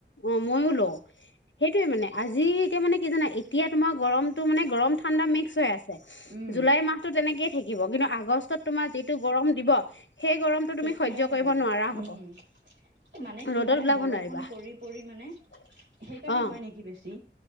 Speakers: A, on the left; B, on the right.
A: অ ময়ো লওঁ সেইটোয়ে মানে আজিতিয়া মানে কি জানা এতিয়া। তোমাৰ গৰমত মে গৰম ঠাণ্ডা মিক্স হৈ আছে।
B: উম
A: জুলাই মাহতো তেনেকেই। থাকিব কিন্তু আগষ্টত তোমাৰ যিটো গৰম দিব। সেই গৰমটো তুমি
B: তেতিয়াহে
A: সহ্য় কৰিব
B: আৰু
A: নোৱাৰা হব,
B: উম মানে কি
A: ৰ'দত
B: হয়
A: ওলাব
B: বৰষুণ
A: নোৱাৰিবা,
B: পৰি পৰি মানে সেইকাৰণে
A: অ
B: হয় নেকি বেছি